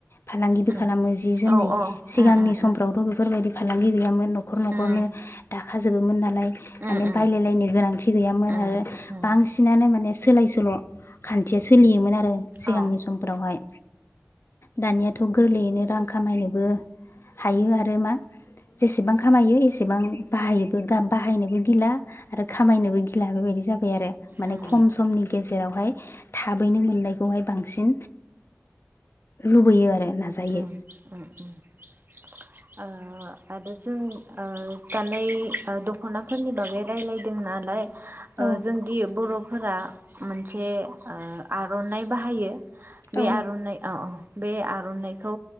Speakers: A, on the left; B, on the right.
A: फालांगिबो
B: उम
A: खालामो जि जोमनि
B: औ औ
A: सिगांनि
B: उम उम उम
A: समफ्रावथ' बेफोरबायदि फालांगि गैयामोन न' न'खर न'खरनो
B: उम
A: दा खाजोबोमोन नालाय। माने
B: उम उम
A: बायलायलायनो गोनांथि गैयामोन
B: उम
A: आरो
B: उम
A: बां गानो माने सोलाय सोल'। खान्थिया सोलियोमोन आरो सिगांनि
B: औ
A: समफोरावहाय। दानियाथ' गोरलैयैनो रां खामायनोबो हायो आरो मा जेसेबां खामायो एसेबां बाहायोबो बाहायनोबो गिला आरो खामायनोबो गिला बेबायदि जाबाय आरो। माने
B: उम
A: खम समनि गेजेरावहाय। थाबैनो मोननायखौहाय बांसिन लुबैयो आरो। नाजायो
B: उ उ उम <inaudible> ओ। आरो जों ओ दानाय ओ दख'नाफोरनि बागै रायलायदों नालाय। ओ
A: औ
B: जोंदि बर'। फोरा मोनसे ओ आर'नाइ बाहायो। बे
A: औ
B: आर'नाइ ओ औ। बे आर'नाइ खौ